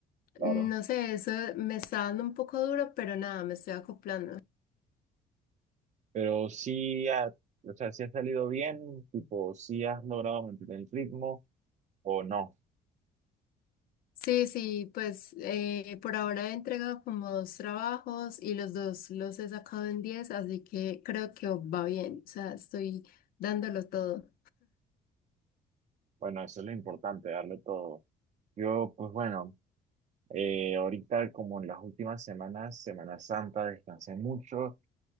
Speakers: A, on the right; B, on the left.
A: claro.
B: No sé, eso me está dando un poco duro, pero nada, me estoy acoplando.
A: Pero sí, ha- o sea, si has salido bien, tipo, si has logrado mantener el ritmo o no.
B: Sí, sí, pues eh, por ahora he entregado como dos trabajos y los dos los he sacado en 10, así que creo que va bien, o sea, estoy dándolo todo.
A: Bueno, eso es lo importante, darle todo. Yo, pues bueno. Eh, ahorita, como en las últimas semanas, Semana Santa, descansé mucho,